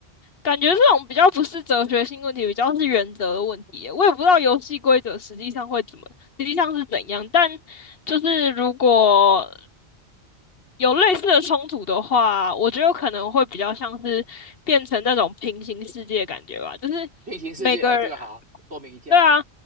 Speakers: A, on the left; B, on the right.
A: 感觉这种比较不是哲学性问题，比较是原则的问题耶我也不知道游戏规则实际上会怎么，实际上是怎样，但就是如果有类似的冲突的话，我觉得可能会比较像是变成那种平行世界的感觉吧，就是每个人，
B: 平行世界哦，这个好，说明一下来，
A: 对啊，